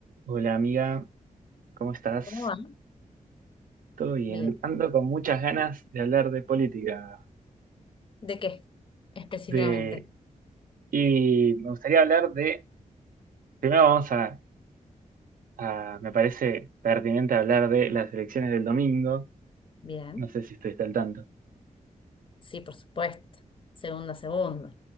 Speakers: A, on the right (about 85°); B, on the left (about 40°).
A: Hola amiga, ¿cómo estás?
B: ¿Cómo va?
A: ¿Todo bien?
B: Bien.
A: Ando con muchas ganas de hablar de política,
B: ¿De qué específicamente?
A: de... y me gustaría hablar de... Primero vamos a, a- Me parece pertinente hablar de las elecciones del domingo.
B: Bien.
A: No sé si estuviste al tanto.
B: Sí, por supuesto. Segundo a segundo.